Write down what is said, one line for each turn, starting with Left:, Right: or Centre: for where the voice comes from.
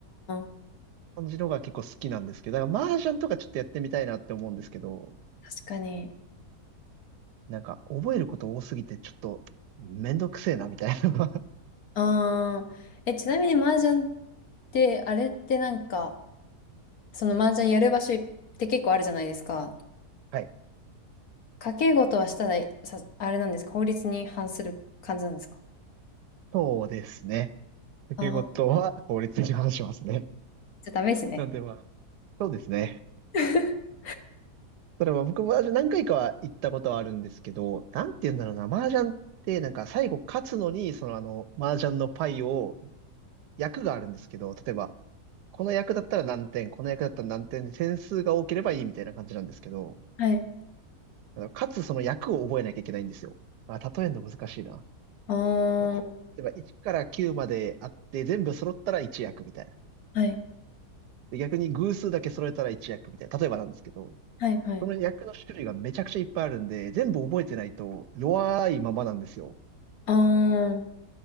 Left: ー。
Right: 感じのが結構好きなんですけど、だから麻雀とかちょっとやってみたいなって思うんですけど、
Left: 確かに。
Right: なんか覚えること多すぎてちょっとめんどくせえなみたいな。<laughs>
Left: あー。え、ちなみに麻雀って、あれってなんか、その麻雀やる場所って結構あるじゃないですか。
Right: はい。
Left: 賭け事はしたら、さ、あれなんですか法律に反する感じなんですか
Right: そうですね。掛け事は法律に反しますね。
Left: あー。じゃあダメですね。
Right: なんでまあ、そうですね。
Left: <laughs>
Right: ただまあ僕も麻雀何回かは行ったことはあるんですけど、なんて言うんだろうな、麻雀ってなんか最後勝つのに、そのあの、麻雀のパイを役があるんですけど、例えば、この役だったら何点、この役だったら何点で点数が多ければいいみたいな感じなんですけど、
Left: はい。
Right: あのかつその役を覚えなきゃいけないんですよ。あ、例えるの難しいな。
Left: あ
Right: い例えば1から9まであって、
Left: ー。
Right: 全部揃ったら1役みたいな。
Left: はい。
Right: で、逆に偶数だけ揃えたら1役みたいな。例えばなんですけど、
Left: はいはい。
Right: その役の種類がめちゃくちゃいっぱいあるんで、全部覚えてないと弱いままなんですよ。
Left: ああ、